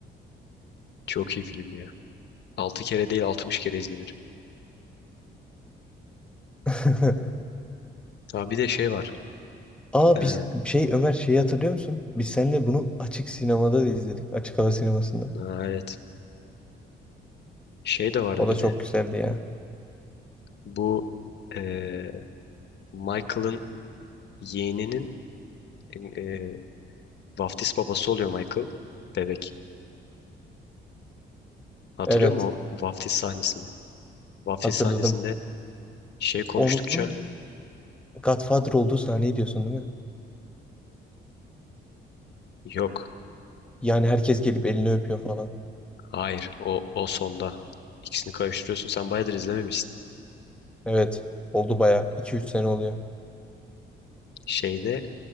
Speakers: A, on the left; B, in the centre.
A: Çok iyi film ya. 6 kere değil 60 kere izlenir.
B: <laughs>
A: Ha bir de şey var.
B: Aa
A: Ee,
B: biz şey Ömer şeyi hatırlıyor musun? Biz seninle bunu açık sinemada da izledik. Açık hava sinemasında.
A: ha, evet. Şey de vardı
B: O da
A: bir
B: çok
A: de.
B: güzeldi ya.
A: Bu ee, Michael'ın yeğeninin e, vaftiz babası oluyor Michael bebek. Hatırlıyor
B: Evet
A: musun o vaftiz sahnesini? Vaftiz
B: hatırladım.
A: sahnesinde şey konuştukça
B: Onun Godfather olduğu sahneyi diyorsun değil mi?
A: yok,
B: Yani herkes gelip elini öpüyor falan.
A: hayır o, o sonda. İkisini karıştırıyorsun. Sen bayağıdır izlememişsin.
B: Evet oldu bayağı, iki üç sene oluyor.
A: Şeyde